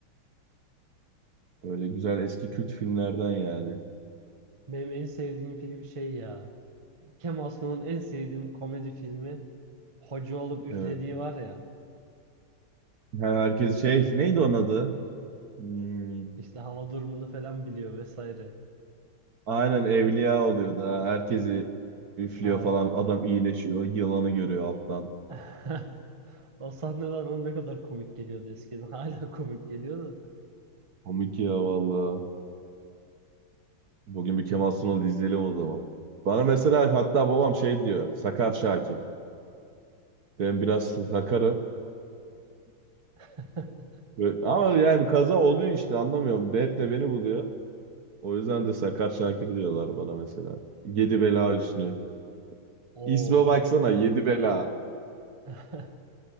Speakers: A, on the right; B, on the right.
A: Öyle güzel eski kült filmlerden yani.
B: Benim en sevdiğim film şey ya. Kemal Sunal'ın en sevdiğim komedi filmi. hoca olup üflediği
A: Evet.
B: var ya.
A: Her- Herkes şey neydi onun adı? Hmm.
B: İşte hava durumunu falan biliyor vesaire.
A: Aynen evliya oluyor da herkesi üflüyor
B: Ha.
A: falan adam iyileşiyor yılanı görüyor alttan.
B: <laughs> O sahneler bana ne kadar komik geliyordu eskiden. <laughs> Hala komik geliyordu. da.
A: Komik ya valla. Bugün bir Kemal Sunal izleyelim o zaman. Bana
B: İzleriz.
A: mesela hatta babam şey diyor sakar Şakir. Ben biraz sakarım.
B: <laughs>
A: Böyle- Ama yani kaza oluyor işte anlamıyorum. Hep de beni buluyor. O yüzden de sakar Şakir diyorlar bana mesela. Yedi bela üstü.
B: Oo.
A: İsme baksana yedi bela.
B: <laughs>